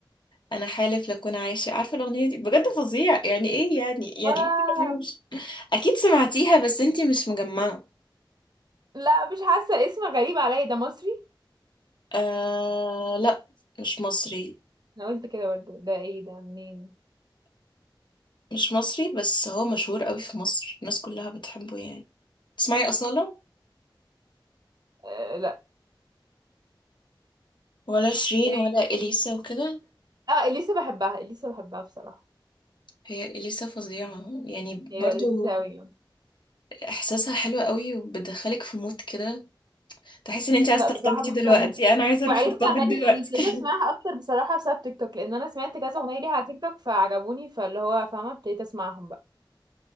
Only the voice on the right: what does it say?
ولا
اعرف
لا مش حاسه اسم غريب عليا ده مصري
انا قلت كده برضه ده ايه ده منين
آه لا
يعني
اه اليسا بحبها اليسا بحبها بصراحه
هي
لذيذه قوي
لا
بصراحة بحب
أغانيها
وعرفت
أغاني
يعني ابتديت أسمعها
أكتر بصراحة بسبب تيك توك لأن أنا سمعت كذا أغنية ليها على تيك توك فعجبوني فاللي هو فاهمة ابتديت أسمعهم بقى